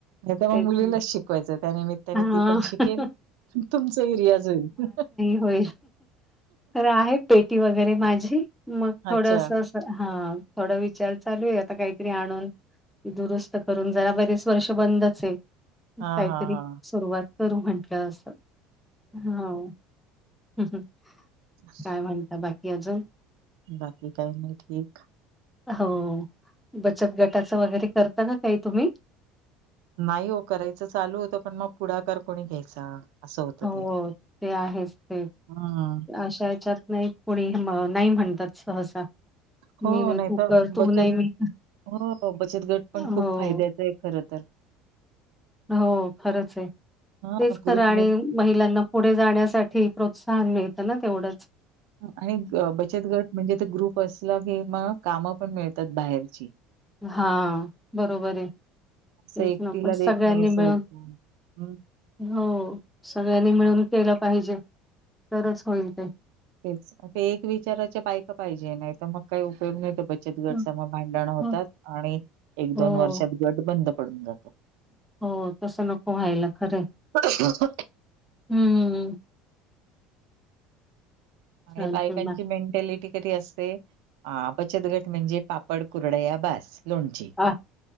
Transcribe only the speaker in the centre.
तेच
ना
हा
होय, आहे पेटी वगैरे माझी मग
थोडं असं हा, थोडा विचार चालू आहे आता काहीतरी आणून दुरुस्त करून जरा बरेच वर्ष बंदच आहे.
काहीतरी
सुरुवात करू म्हटलं असं, हो. <unintelligible>
काय म्हणता बाकी अजून?
हो, बचत गटाचं वगैरे करता काय तुम्ही?
हो
ते आहेच ते,
अशा याच्यात नाही कोणी नाही म्हणतात सहसा. मी
तू
कर, तू
नाही मी
हो,
हो खरंच आहे,
तेच
खरं आणि महिलांना पुढे जाण्यासाठी प्रोत्साहन मिळ त ना तेवढं
हा बरोबर आहे. तेच
ना पण
सगळ्यांनी
मिळून
हो, सगळ्यांनी मिळून केलं पाहिजे तरच होईल ते.
हं,
हं.
हो,
हो तसं नको व्हायला खरं,
हम.
चालतय
ना
अ